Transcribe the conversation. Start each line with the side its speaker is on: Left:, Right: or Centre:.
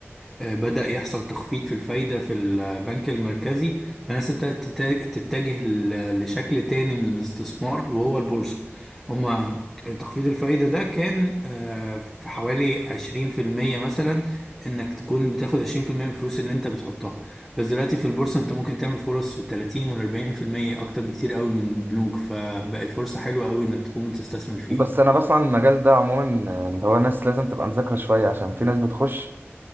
Centre: آه، بدأ يحصل تخفيض في الفايدة في البنك المركزي فالناس ابتدت تتا- تتجه ل- لشكل تاني من الاستثمار وهو البورصة هما تخفيض الفايدة ده كان آه، في حوالي عشرين في المية مثلا انك تكون بتاخد عشرين في المية من الفلوس اللي انت بتحطها بس دلوقتي في البورصة انت ممكن تعمل فرص في التلاتين والأربعين في المية أكتر بكتير قوي من البنوك فبقت فرصة حلوة قوي انك تكون بتستثمر فيها
Right: بس انا بسمع عن المجال ده عموما آه، اللي هو ناس لازم تبقى مذاكره شويه عشان في ناس بتخش